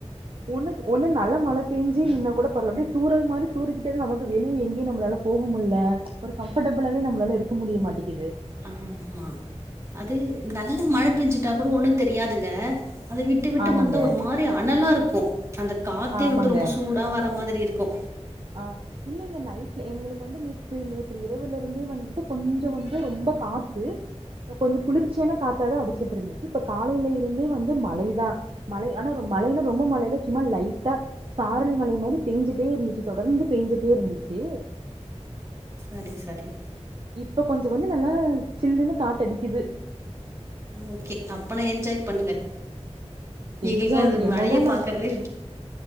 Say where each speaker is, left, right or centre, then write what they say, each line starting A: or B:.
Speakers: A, on the right (about 50°); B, on the right (about 25°).
A: ஒன்னு ஒன்னு நல்ல மழை பெய்ந் ஜிர்னு நா கூட பரவால அப்டியே தூரல் மாரி தூறிகிட்டே நமக்கு வெளிய எங்க்யு நம்ளால போக முடில ஒரு கம்ஃபர்டபுளாவே நம்மளால இருக்க முடிய மாட்டீக்கிது
B: ஆ ஆமா அது நல்ல மழ பேஞ்சுட்டா கூட ஒண்ணு தெரியாதுங்க அது விட்டு விட்டு
A: ஆமாங்க
B: வந்தா ஒரு மாரி அனலா இருக்கு அந்த காத்தே
A: ஆமாங்க
B: வந்து ரொம்ப சூடா வர்ர மாதிரி இர் த்க்கோ
A: ஆ இல்லிங்க நைட்ல எங்களுக்கு வந்து நேத்து நேற்று இரவுல இருந்தே வந்து த்து கொஞ்சோ வந்து ரொம்ப காத்து கொஞ்சோ குளிர்ச்சியான காத்தாதா அடிச்சிட்டு இருந்துச்சு இப்ப காலையில இருந்தே வந்து மழைதா மலை ஆனா மலைன்னா ரொம்ப மலைல்ல சும்மா லைட்டா சாரல் மலை மாரி பேஞ்சிட்டே இருந்துச்சு தொடர்ந்து பேஞ்சிட்டே இருந்துச்சு
B: அடி சாரி
A: இப்ப கொஞ்சோ வந்து நல்லா சில்லுன்னு காத்தடி இது
B: ஓகே அப்பனா என்ஜாய் பண்ணுங்க எங்களுக்கெல்லாம்
A: என்ஜாய்
B: அது
A: என்னதா
B: மழைய
A: நம்
B: பாக்குறது
A: எ